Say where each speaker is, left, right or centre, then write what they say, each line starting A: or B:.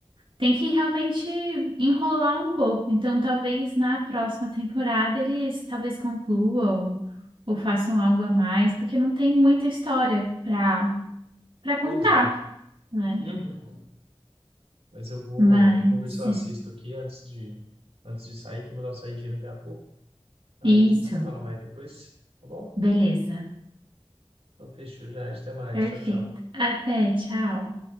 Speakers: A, on the right; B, on the right.
A: tem que realmente enrolar um pouco. Então, talvez na próxima temporada eles talvez concluam ou façam algo a mais, porque não tem muita história para para contar,
B: Pois é.
A: né?
B: Uhum. Mas eu vou,
A: Mas
B: vou ver se eu
A: é
B: assisto aqui antes de, antes de sair, que eu vou dar uma saidinha daqui a pouco. Aí
A: isso.
B: a gente se fala mais depois, tá bom?
A: Beleza.
B: Então fechou já, até mais.
A: Perfeito.
B: Tchau, tchau.
A: Até, tchau.